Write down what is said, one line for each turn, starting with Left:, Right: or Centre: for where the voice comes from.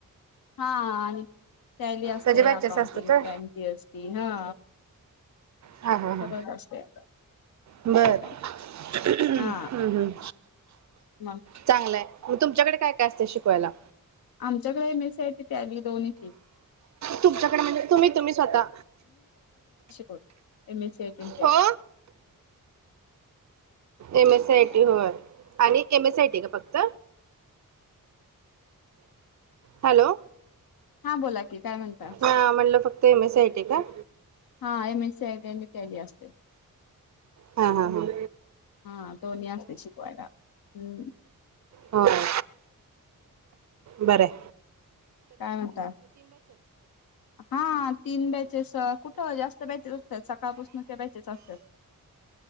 Left: हा आणि टॅली असतय,
Right: त्याच्या बॅचेस
Left: अकाउंटिंग
Right: असतात होय.
Left: प्राईम जीएसटी हा.
Right: हा, हा, हा,
Left: सगळंच असते
Right: बर
Left: त्याच्यावर
Right: हम्म
Left: हा
Right: हम्
Left: मग
Right: चांगलंय. मग तुमच्याकडे काय काय असतय शिकवायला.
Left: आमच्याकडे एम एस सीआटीच टॅली दोन्ही
Right: तुमच्याकडे म्हणजे तुम्ही तुम्ही स्वतः
Left: हो एम एस सी eighty
Right: हो
Left: <unintelligible>
Right: M S C I T होय आणि एम एस आय टी का फक्त. हॅलो?
Left: हां बोला की काय म्हणता
Right: हा म्हटलं फक्त एम एस आय टी का?
Left: हा M S C I T आणी टॅली असतय.
Right: हा हा हा
Left: हा दोन्ही असतय शिकवायला, हम्म.
Right: होय, बरंय.
Left: काय म्हणता, हा तीन बॅचेस कुठं जास्त बॅचेस असतात, सकाळपासून त्या बॅचेस असत्यात.